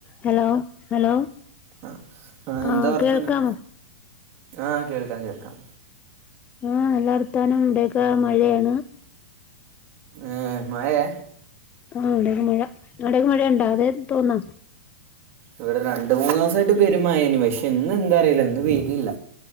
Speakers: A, on the left (about 20°); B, on the right (about 30°).
A: ഹലോ ഹലോ
B: ആ ആഹ
A: ആഹ്
B: എന്താ വർത്തനം
A: കേൾക്കാമോ
B: ആഹ കേൾക്കാം കേൾക്കാം
A: ആഹ നല്ല വർത്താനം ഇവിടെയൊക്കെ മഴയാണ്
B: ഏ മയെ
A: ആ വിടെക്കെ മഴ നാടക മഴ ഇണ്ട അത് തോന്നാ
B: ഇവിടെ രണ്ട മൂന്ന് ദിവസ ആയിട്ട് പെരുമായയേനി പക്ഷെ ഇന്ന് എന്താ അറിയിലന്ന് ഇന്ന് വെയിലില്ല